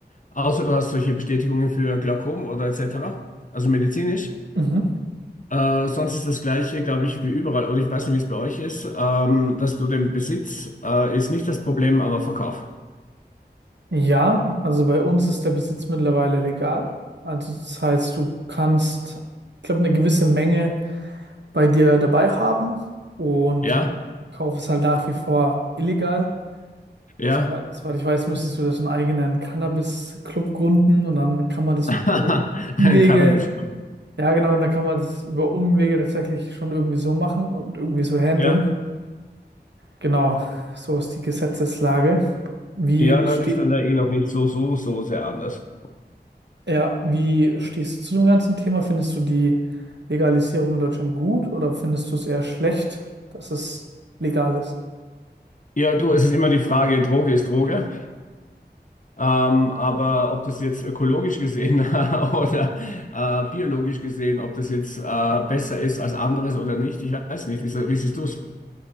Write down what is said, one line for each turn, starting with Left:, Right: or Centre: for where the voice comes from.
Left: außer du hast solche Bestätigungen für Glaukom oder etc., also medizinisch.
Right: Mhm.
Left: Äh, sonst ist das Gleiche, glaube ich, wie überall, oder ich weiß nicht, wie es bei euch ist, ähm, dass du den Besitz äh, ist nicht das Problem, aber Verkauf.
Right: Ja, also bei uns ist der Besitz mittlerweile legal. Also das heißt, du kannst, ich glaube, eine gewisse Menge bei dir dabei haben und
Left: Ja,
Right: Kauf ist halt nach wie vor illegal.
Left: ja,
Right: Sowe- Soweit ich weiß, müsstest du das einen eigenen Cannabis-Club gründen und dann kann man das
Left: <laughs>
Right: über Umwege,
Left: ein Cannabis.
Right: ja genau, und dann kann man das über Umwege tatsächlich schon irgendwie so machen und irgendwie so handeln.
Left: Ja,
Right: Genau, so ist die Gesetzeslage. Wie
Left: ja, na,
Right: ste
Left: das ist dann da eh noch nicht so, so, so sehr anders.
Right: ja, wie stehst du zu dem ganzen Thema? Findest du die Legalisierung in Deutschland gut oder findest du es eher schlecht, dass es legal ist?
Left: Ja, du, es ist immer die Frage, Droge ist Droge. Ähm, aber ob das jetzt ökologisch gesehen <laughs> oder äh, biologisch gesehen, ob das jetzt äh, besser ist als anderes oder nicht, ich weiß nicht. Wie, sie- wie siehst du es?